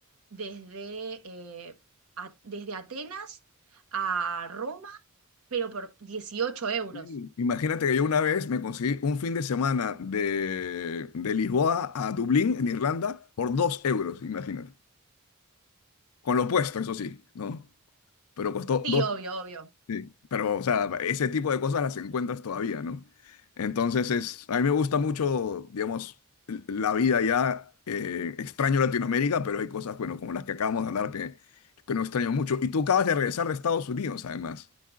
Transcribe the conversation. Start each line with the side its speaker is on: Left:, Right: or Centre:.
Right: desde, eh, a- desde Atenas a Roma, pero por 18 euros.
Left: Sí. Imagínate que yo una vez me conseguí un fin de semana de, de Lisboa a Dublín, en Irlanda, por dos euros, imagínate. Con lo puesto, eso sí, ¿no? Pero costó
Right: Sí,
Left: dos.
Right: obvio, obvio.
Left: sí. Pero, o sea, ese tipo de cosas las encuentras todavía, ¿no? Entonces, es, a mí me gusta mucho, digamos, l- la vida ya. eh, extraño Latinoamérica, pero hay cosas, bueno, como las que acabamos de hablar que, que no extraño mucho. Y tú acabas de regresar de Estados Unidos, además.